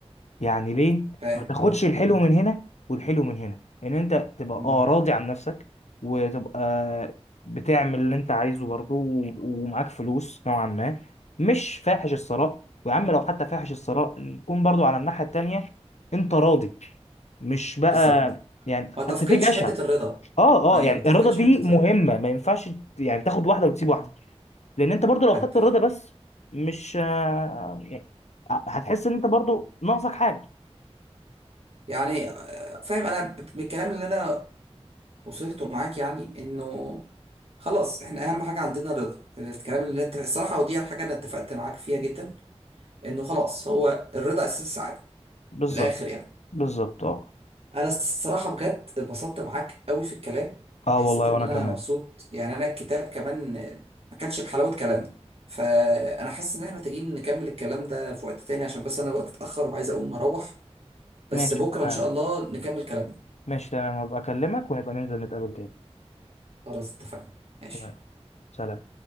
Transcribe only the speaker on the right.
فاهم
اه
مم.
مم.
بالظبط
ما تفقدش
حتة الرضا
ايوه
ما تفقدش
حتة
الرضا
مم.
فاهم
يعني آه، فاهم انا من الكلام اللي انا وصلته معاك يعني انه خلاص احنا اهم حاجة عندنا الرضا الكلام اللي انت الصراحة ودي الحاجة انا اتفقت معاك فيها جدا انه خلاص هو الرضا اساس السعادة
من الاخر يعني
انا الصراحه بجد اتبسطت معاك قوي في الكلام
وحسيت
ان
انا
مبسوط يعني انا الكتاب كمان ما كانش بحلاوه كلامنا فانا حاسس ان احنا محتاجين نكمل الكلام ده في وقت تاني عشان بس انا الوقت اتاخر وعايز اقوم اروح بس
بكره
ان شاء الله نكمل كلامنا
خلاص اتفقنا ماشي